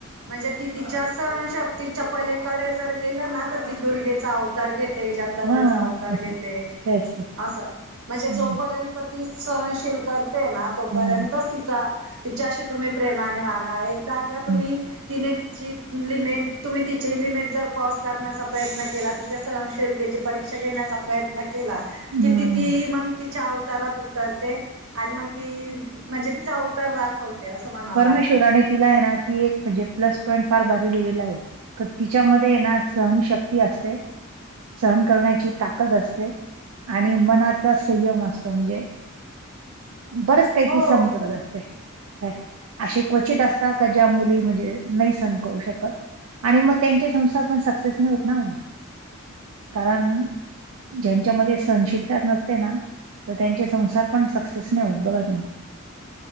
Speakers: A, on the right; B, on the right.
A: म्हणजे ती तिच्या सणशक्तीच्या पलीकडे जर गेलं ना तर ती दुर्गे चा अवतार घेते जगदंबेचा
B: हां,
A: अवतार
B: असं
A: घेते
B: ते असतं.
A: अस म्हणजे
B: हं,
A: जोपर्यंत ती सहनशील करते ना तोपर्यंत
B: हां,
A: तिचा तिच्याशी तुम्ही प्रेमाने वागा एकदा का तुम्ही
B: हं,
A: तिने तिची लिमिट तुम्ही तिची लिमिट जर क्रॉस करण्याचा प्रयत्न केला तिच्या सहशीलतेची परीक्षा घेण्याचा प्रयत्न प्रयत्न केला
B: हं.
A: किती ती मग तिच्या अवतारात उतरते. आणि मग ती म्हणजे तिचा अवतार दाखवते. असं म्हणावं
B: परमेश्वरान
A: लागेल
B: तिला आहे ना ती एक म्हणजे प्लस पॉईंट फार भारी दिलेला आहे तर तिच्यामध्ये ये ना सहनशक्ती असते. सहन करण्याची ताकद असते. आणि मनाचा संयम असतो म्हणजे बरच काही
A: हो
B: ती समजवत असते काय- अअशे क्वचित असतात का ज्या मुली म्हणजे नाही सम करू शकत आणि मग त्यांचे संसार पण सक्सेस नाही होत ना मग कारण ज्यांच्यामध्ये सहनशिलताच नसते ना तर त्यांचे संसार पण सक्सेस नाही होत बघा तुम्ही.